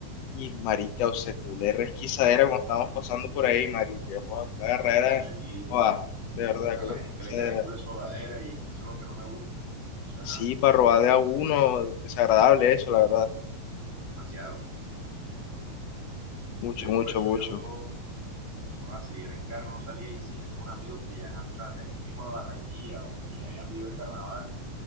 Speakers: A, on the left; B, on the right.
A: Y marica, o sea, culé resquisadera cuando estábamos pasando por ahí, marica, joda, culé agarradera,
B: No, sí,
A: joda, de verdad,
B: a
A: culé
B: la
A: resquisadera.
B: gente le cae el culo de sobadera y eso es lo que no me gusta. Entonces, ajá,
A: Sí, para robar de a uno, desagradable eso, la verdad.
B: demasiado. Entonces,
A: Mucho, mucho,
B: por eso
A: mucho.
B: yo, no, ah, si era en carro no salía y si eran con amigos que ya, o sea, de aquí mismo de Barranquilla o que ya habían vivido el carnaval,